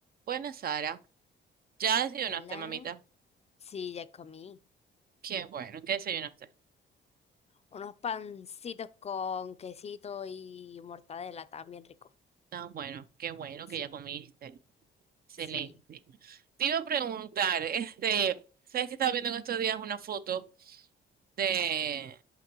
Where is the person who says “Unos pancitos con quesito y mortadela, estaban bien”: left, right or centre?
Left